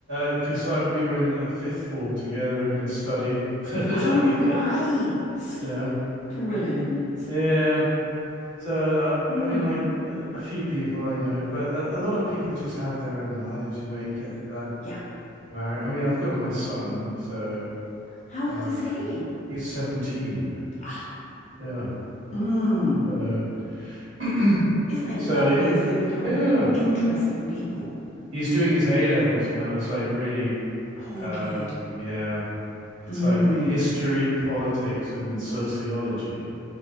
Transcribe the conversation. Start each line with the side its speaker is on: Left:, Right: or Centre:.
Right: because uh, like we were in the fifth form together in a study, <laughs> like
Left: oh,
Right: you
Left: right.
Right: know,
Left: Brilliant.
Right: yeah. So
Left: Mm,
Right: I, I mean, like a few people I know, but a, a lot of people just have their own lives. You know, you get uh,
Left: yeah.
Right: married. I mean, I've got my son, so
Left: How
Right: uh,
Left: old is he?
Right: he's seventeen.
Left: Ah,
Right: Yeah.
Left: mm.
Right: So, <clears throat>
Left: Isn't it
Right: so
Left: lovely
Right: yeah,
Left: as they become
Right: yeah.
Left: interesting people?
Right: He's doing his A levels now. It's like really,
Left: Poor
Right: uh,
Left: kid.
Right: yeah. It's
Left: Mm,
Right: like history, politics, and sociology.